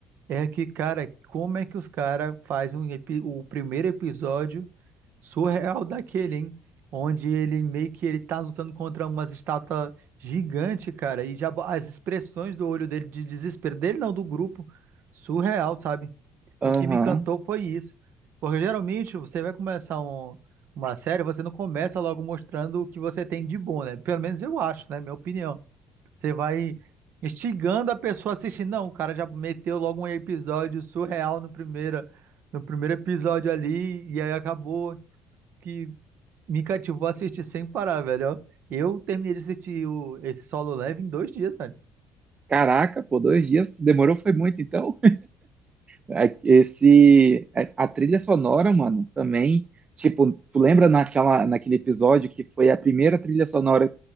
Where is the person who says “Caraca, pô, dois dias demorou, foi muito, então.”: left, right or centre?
Right